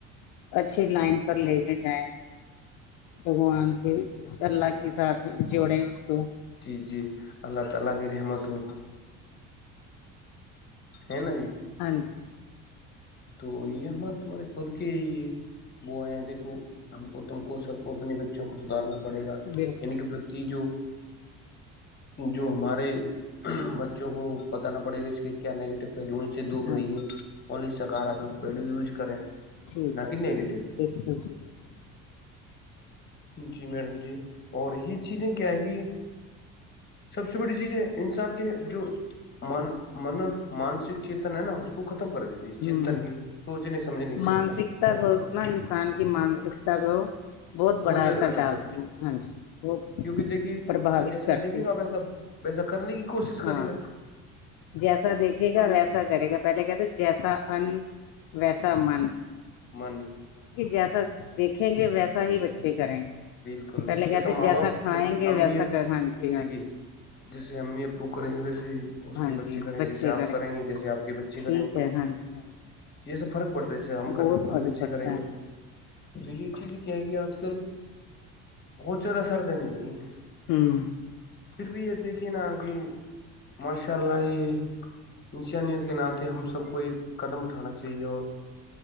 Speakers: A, on the left; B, on the left.
A: اچھی لائن پر لے کے جائیں بگوان کے اس اللہ کے ساتھ جوڑے اس کو
B: جی جی اللہ تعلا کی رحمت ہو ہے نا جی
A: ہاں جی
B: تو یہ ہمارے تمہارے خود کے یہ وہ ہیں دیکھو ہم کو تم کو سب کو اپنے بچ کو سدارنا پڑھے گاان
A: بالکل
B: کی جو جو ہمارے بچ جو وہ بتانا پڑے گا اس کےکیا نگیٹو پہلو سے دور
A: ہاں
B: رہی ہے
A: جی
B: ا س گارا تو پہل یوز کریں
A: ٹھیک
B: نہ
A: ہے
B: کہ
A: جی
B: نگیٹیو
A: ہاں بالکل جی بالکل
B: جی میڈم جی اور یہ چیزیں کیا آئے گی سب سے بڑی چیز ہے انسان کے جو من مانسک چیتن ہے نا اس کو ختم کر دیتی چنتن
A: ہوں ہ
B: کی سوچنے سمجھنے
A: مانسکتا
B: شر کا چمتا
A: کو
B: ہے
A: نا انسان کی مانسکتا کو
B: بہت
A: بڑا
B: زیادہ
A: اثر
B: ختم
A: ڈالتی
B: کر دے
A: ہے ہاں جی وہ
B: کیونکہ دیکھیے
A: پربھاوت
B: جو جیسا
A: کرتی
B: دیکھے گا
A: ہے
B: آپ ویسا ویسا کرنے کی کوشش
A: ہاں
B: کرے گا
A: جیسا دیکھے
B: تو
A: گا
B: یہ
A: ویسا کرے گا پہلے کہ تھا جیسا ان ویسا من
B: من
A: جیسا دیکھیں گے ویسا ہی بچے کریں گے
B: بالکل
A: پہلے
B: جیسا
A: کہتے
B: ماں باپ
A: کھائیں
B: جیسے
A: گے
B: امی
A: ویسا
B: ابو
A: ہاں جی ہاں
B: دیکھیے
A: جی
B: جیسے امی ابو کریں گے ویسے ہی اس
A: ہاں
B: کی بچی
A: جی
B: کریں
A: بچے
B: گ جیسے آپ کریں گے جیسے آپ کی بچی
A: ٹھیک
B: کریں گی
A: ہے ہاں جی ہاں جی
B: یہس سے فرق پڑتا ہےے ہم
A: بہت
B: کریں گ ہمارے
A: فرق
B: بچے
A: پڑتا
B: کریں
A: ہے
B: گے
A: ہاں جی
B: تو یہ چیز کیایں گی آج کل بہت زیادہ سر دینے لگی ہیں
A: ہمم
B: پھر بھی یہ دیکھیے نا کہ ماشاء اللہ یہ انسانیت کے ناطے ہم سب کو ایک قدم اٹھانا چاہیے اور